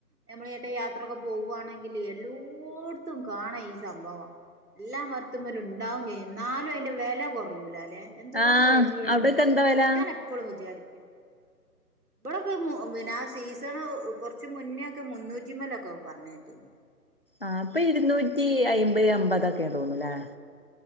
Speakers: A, on the right; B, on the left.
A: നമ്മളെങ്ങോട്ട് യാത്രൊക്കെ പോകുവാണെങ്കിൽ എല്ലാ കോടുത്തും കാണാം ഈ സംഭവം എല്ലാം മരത്തുമ്മേലും ഉണ്ടാവും ചെയ്യും എന്നാലും അയിന്റെ വില കുറയൂലാല്ലെ എന്തോ
B: ആഹ്
A: ഒരു വെലയായിന്
B: അവിടൊക്കെ എന്താ വെല
A: ഞാൻ എപ്പോളും വിചാരിക്കൂ ഇവിടൊക്കെ പിന്നെ ആ സീസൺ കൊറച്ച് മുന്നേ ഒക്കെ മുന്നൂറ്റിമ്മേലൊക്കെ പറഞ്ഞ കേട്ടീന്
B: ആ ഇപ്പൊ ഇരുന്നൂറ്റി അയിമ്പത് അമ്പതൊക്കെ തോന്നൂല്ലേ